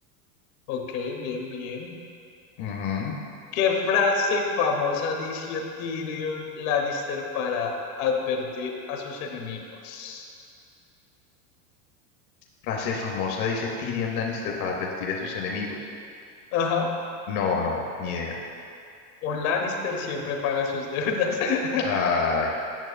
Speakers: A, on the left; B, on the left.
A: Ok, bien, bien.
B: ujú.
A: ¿Qué frase famosa dice Tyrion Lannister para advertir a sus enemigos?
B: Frase famosa dice Tyrion Lannister para advertir a sus enemigos.
A: Ajá.
B: No, no, ni idea.
A: Un Lannister siempre paga sus deudas. <laughs>
B: Ay,